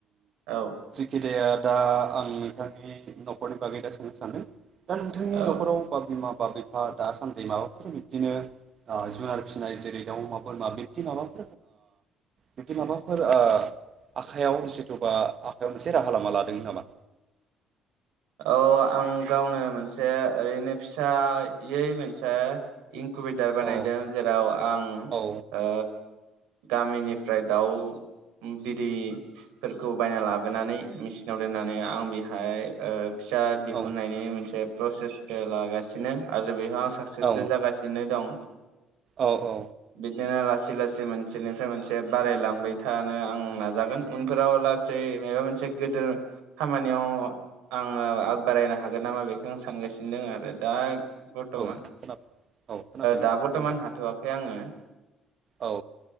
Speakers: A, on the right; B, on the right.
A: औ
B: जिखिजाया दा आं नोंथांनि न'खरनि बागै दा सोंनो सान्दों दा नोंथांनि
A: औ
B: न'खराव बा बिमा बा बिफा दासान दै माबाफोर बिब्दिनो ओ जुनार फिसिनाय जेरै दाउ अमा बोरमा बिबदि माबाफोर ओ बिदि माबाफोर ओ आखायाव जेथुबा आखायाव मोनसे राहा लामा लादों नामा?
A: औ आं गावनो मोनसे ओरैनो फिसायै मोनसे इनकुबेटार बानायदों
B: औ
A: जेराव आं
B: औ
A: ओ गामिनि ओमफ्राय दाउ बिदैफोरखौ बायना लाबोनानै मेचिनाव दोननानै आं बेहाय ओ फिसा दिहुननायनि
B: औ
A: मोनसे प्रसेसखौ लागासिनो आरो बेहा साकसेसबो
B: औ
A: जासिनो दं
B: औ औ
A: बिदिनो ला लासै लासै मोनसेनिफ्राय मोनसे बारायलांबाय थानो आं नाजागोन उनफोराव लासै माबा मोनसे गेदेर खामानियाव। आङो आग बारायनो हागोन नामा बेखौ आं सानगासिनो दं आरो दा बर्थमान
B: औ खोनाबाय औ खोनाबाय नोंथां
A: दा बर्थमान
B: बुंदो
A: हाथ'वाखै आङो
B: औ